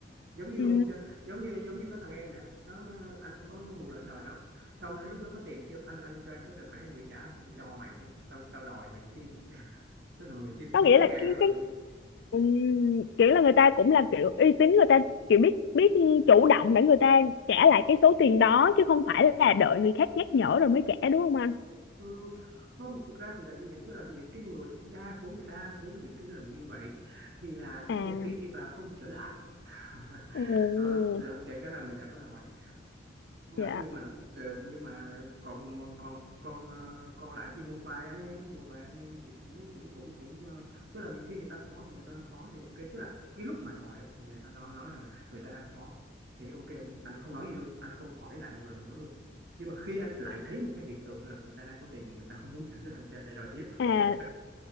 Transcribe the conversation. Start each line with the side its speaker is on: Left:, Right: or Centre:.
Right: giống như
Left: Ừ.
Right: hôm chưa giống như giống như có thằng em nè nó anh có một lần đòi nó xong đến lúc nó có tiền nó kêu anh anh cho em số tài khoản em gửi trả anh Thôi, tôi cho mày chứ tao tao đòi mày chi tao đòi mày chi cũng
Left: có
Right: mấy
Left: nghĩa
Right: trăm
Left: là
Right: ngàn
Left: cái
Right: tao đòi
Left: cái
Right: mày chi
Left: ừ. kiểu là người ta cũng là kiểu uy tín người ta kiểu biết biết chủ động để người ta trả lại cái số tiền đó chứ không phải là đợi người khác nhắc nhở rồi mới trả đúng không anh
Right: ừ, không thực ra thì là như vậy tức là những cái người đa số đa số những cái lần như vậy thì là
Left: à
Right: một đi và không trở lại <laughs>
Left: ừ.
Right: đó, là kể cả là mình đã có đòi Ờ,
Left: dạ
Right: nhưng mà ờ, nhưng mà còn một- còn còn ờ, còn lại thì một vài anh em một vài anh em thì cũng cũng cũng cũng ờ, tức là khi người ta khó thì người ta khó thì ok tức là cái lúc mà anh hỏi thì người ta nói nói là người ta đang khó thì ok anh, anh không nói gì luôn anh không hỏi lại một lần nữa luôn nhưng mà khi anh lại thấy một cái hiện tượng là người ta đang có tiền mà người ta không muốn trả cho anh thì anh lại đòi tiếp <laughs>
Left: à